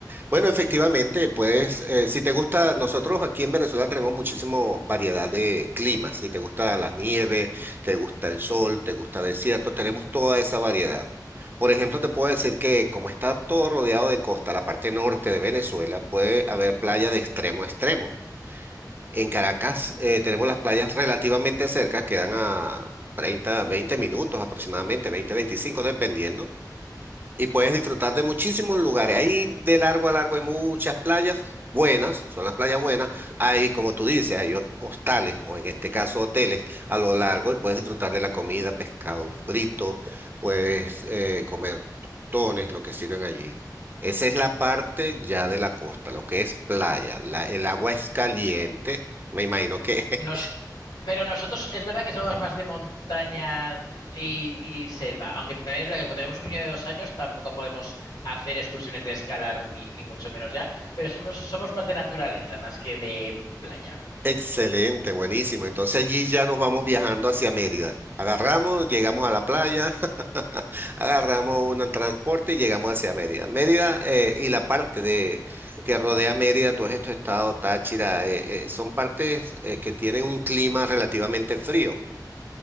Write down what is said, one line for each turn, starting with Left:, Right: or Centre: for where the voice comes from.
Right: Bueno, efectivamente, pues eh, si te gusta, nosotros aquí en Venezuela tenemos muchísimo variedad de climas. Si te gusta la nieve, te gusta el sol, te gusta el desierto, tenemos toda esa variedad. Por ejemplo, te puedo decir que como está todo rodeado de costa, la parte norte de Venezuela puede haber playa de extremo a extremo. En Caracas
Left: ¿Mm?
Right: eh, tenemos las playas relativamente cerca, quedan a 30, 20 minutos aproximadamente, 20, 25 dependiendo y puedes disfrutar de muchísimos lugares. Ahí de largo a largo hay muchas playas buenas, son las playas buenas. Hay, como tú dices, hay ho- hostales o en este caso hoteles a lo largo y puedes disfrutar de la comida, pescado frito, puedes eh, comer tostones, lo que sirven allí. Esa es la parte ya de la costa, lo que es playa. La- el agua es caliente, me imagino que <laughs>
Left: Nos, pero nosotros es verdad que somos más de montaña y, y selva, aunque también es verdad que como tenemos un niño de dos años tampoco podemos hacer excursiones de escalar ni, ni mucho menos ya, pero somos, somos más de naturaleza más que de playa.
Right: Excelente, buenísimo. Entonces allí ya nos vamos viajando hacia Mérida. Agarramos, llegamos a la playa, <laughs> Agarramos un transporte y llegamos hacia Mérida. Mérida eh, y la parte de que rodea Mérida, todos estos estados, Táchira, eh, eh, son partes eh, que tienen un clima relativamente frío.